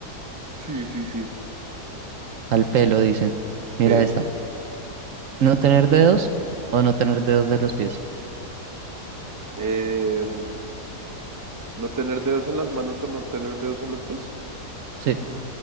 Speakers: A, on the right; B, on the right.
A: Sí, sí, sí.
B: Al pelo, dicen.
A: Sí.
B: Mira esta. ¿No tener dedos o no tener dedos de los pies?
A: Em, ¿no tener dedos en las manos o no tener dedos en los pies?
B: Sí,